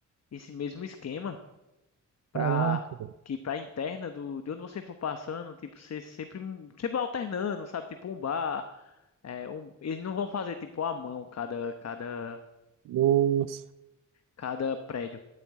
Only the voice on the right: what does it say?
Caraca, velho.
Nossa,